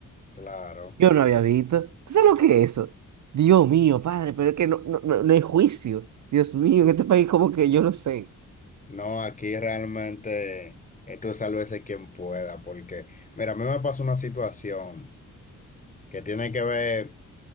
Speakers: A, on the left (about 25°); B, on the right (about 60°).
A: Claro.
B: Yo no había visto. ¿Tú sabes lo que es eso? Dios mío, padre, pero es que no, no, no, no hay juicio. Dios mío, en este país como que yo no sé.
A: No, aquí realmente esto es sálvese quien pueda, porque mira, a mí me pasó una situación que tiene que ver,